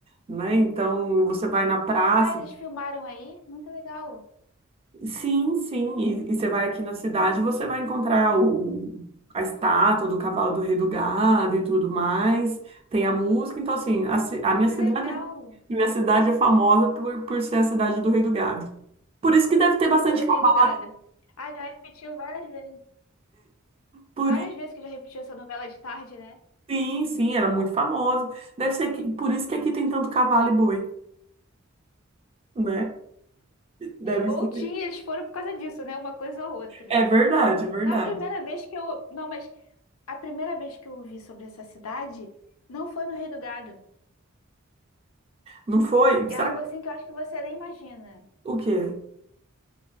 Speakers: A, on the right (about 30°); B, on the left (about 85°).
A: né? Então, você vai na praça,
B: Ah, eles filmaram aí? Muito legal.
A: Sim, sim. E, e você vai aqui na cidade, você vai encontrar o, a estátua do cavalo do rei do gado e tudo mais. Tem a música, então assim, a, ci-
B: Nossa,
A: a minha
B: que
A: cidade,
B: legal.
A: minha cidade é famosa por, por ser a cidade do rei do gado. Por isso que deve ter bastante
B: Pelo Rei
A: cavalo.
B: do Gado. Ah, já repetiu várias vezes.
A: Por,
B: Várias
A: i-
B: vezes que já repetiu essa novela de tarde, né?
A: sim, sim, ela é muito famosa. Deve ser que, por isso que aqui tem tanto cavalo e boi, né? Deve
B: Ou
A: ser.
B: tinha, eles foram por causa disso, né? Uma coisa ou outra.
A: É verdade, é verdade.
B: Na primeira vez que eu. Não, mas a primeira vez que eu ouvi sobre essa cidade não foi no Rei do Gado.
A: Não foi?
B: É
A: Será
B: algo
A: que
B: assim que eu acho que você nem imagina.
A: o quê?